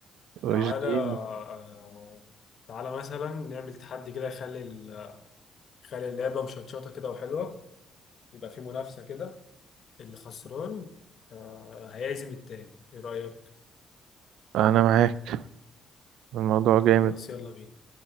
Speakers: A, on the right; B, on the left.
A: وش
B: تعالى
A: جيني
B: آه تعالى مثلا نعمل تحدي كده يخلي ال- يخلي اللعبة مشطشطة كده وحلوة يبقى في منافسة كده اللي خسران آه هيعزم التاني ايه رأيك
A: انا معاك الموضوع جامد
B: خلاص يلا بينا